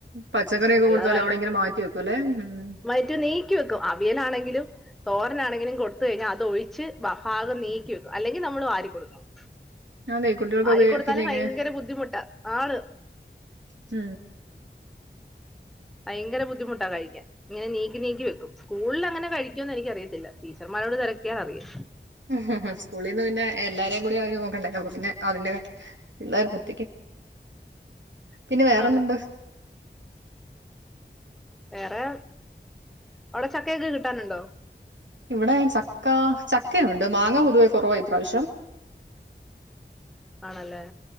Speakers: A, on the right (about 85°); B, in the centre.
A: പച്ചക്കറിയൊക്കെ
B: അല്ലാതെ
A: കൊടുത്താല്
B: വൈ
A: അവിടെ ഇങ്ങനെ മാറ്റി വെക്കുംല്ലേ ഉം
B: വയറ്റി നീക്കി വെക്കും അവിയലാണെങ്കിലും തോരനാണെങ്കിലും കൊടുത്തുകഴിഞ്ഞ അതൊഴിച്ച് അ ഭാഗം നീക്കി വെക്കും അല്ലെങ്കിൽ നമ്മള് വാരി കൊടുക്കണം
A: അതെ കുട്ടികൾക്കൊക്കെ
B: വാരി കൊട്ത്താലും
A: പിന്നെ എങ്ങനെ
B: ഭയങ്കര ബുദ്ധിമുട്ട ആള്
A: മ്
B: ഭയങ്കര ബുദ്ധിമുട്ടാ കഴിക്കാൻ ഇങ്ങനെ നീക്കി നീക്കി വെക്കും സ്കൂളിലെങ്ങനെ കഴിക്കുംന്ന് എനിക്കറിയത്തില്ല ടീച്ചർമാരോട് തെരക്കിയാൽ അറിയും
A: ഉമ്ഹുംഹും സ്കൂളിൽ നിന്ന് പിന്നെ എല്ലാരേം കൂടെ അവര് നോക്കണ്ടേ അപ്പ പിന്നെ അതിന്റെ പി പിന്നെ വേറെന്തുണ്ട്
B: ആണ് വേറെ അവിടെ ചക്കയൊക്കെ കിട്ടാനുണ്ടോ
A: ഇവിടെ ചക്ക ചക്കുയു ത് മാങ്ങ പൊതുവേ കുറവാ ഇപ്രാവശ്യം
B: ആണല്ലേ